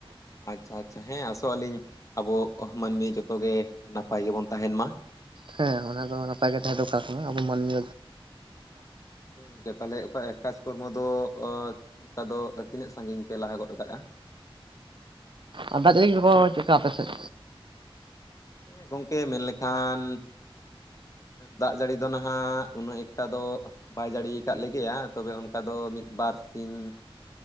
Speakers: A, on the left; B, on the right.
A: ᱟᱪᱪᱷᱟ ᱟᱪᱪᱷᱟ ᱦᱮᱸ ᱟᱥᱚᱜ ᱟᱹᱞᱤᱧ ᱟᱵᱚ ᱢᱟᱹᱱᱢᱤ ᱡᱚᱛᱚ ᱜᱮ ᱱᱟᱯᱟᱭ ᱜᱮᱵᱚᱱ ᱛᱟᱦᱮᱱ ᱢᱟ।
B: ᱦᱮᱸ ᱚᱱᱟ ᱫᱚ ᱱᱟᱯᱟᱭ ᱜᱮ ᱛᱟᱦᱮᱸ ᱫᱚᱨᱠᱟᱨ ᱠᱟᱱᱟ ᱟᱵᱚ ᱢᱟᱹᱱᱢᱤ
A: ᱦᱮᱸ ᱜᱚᱝᱠᱮ ᱛᱟᱞᱦᱮ ᱚᱠᱟ ᱮᱠ ᱠᱟᱡᱽ ᱠᱚᱨᱢᱚ ᱫᱚ ᱚᱸ ᱚᱱᱠᱟ ᱫᱚ ᱛᱤᱱᱟᱹᱜ ᱥᱟᱹᱜᱤᱧ ᱯᱮ ᱞᱟᱦᱟ ᱜᱚᱫ ᱟᱠᱟᱜᱼᱟ?
B: ᱩᱸ ᱟᱫᱟ ᱫᱷᱟᱨᱤᱡ ᱵᱚᱱ ᱪᱮᱠᱟ ᱟᱯᱮ ᱥᱮᱫ?
A: ᱦᱮᱸ ᱜᱚᱝᱠᱮ ᱢᱮᱱᱞᱮᱠᱷᱟᱱ ᱫᱟᱜ ᱡᱟᱹᱲᱤ ᱫᱚ ᱱᱟᱦᱟᱜ ᱩᱱᱟᱹᱜ ᱮᱠᱴᱟ ᱫᱚ ᱵᱟᱭ ᱡᱟᱲᱤᱭᱟᱠᱟᱫ ᱞᱮᱜᱮᱭᱟ ᱛᱚᱵᱮ ᱚᱱᱠᱟ ᱫᱚ ᱢᱤᱫ ᱵᱟᱨ ᱥᱤᱧ